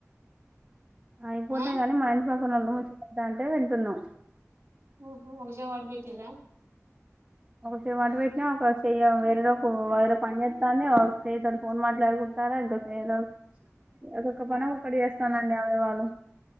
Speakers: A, on the right; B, on the right.
A: అయిపోతే
B: ఆ
A: కాని మా ఇంటి పక్కనొళ్ళు ముచ్చద్దా అంటే వింటున్నాం
B: ఓహో ఒక చెవ్ అటు బెటిండ్రా
A: ఒక చెవ్ అటు పెట్టినా ఒక చెయ్య వేరే లో ఒక వైరు పని చేతంది ఒక చేయ తోడు ఫోన్ మాట్లాడుకుంట తరాగ్ గొట్టిన చూడు ఒక్కొక్క
B: వా
A: పని ఒక్కటి చేస్తామండి అవయవాలు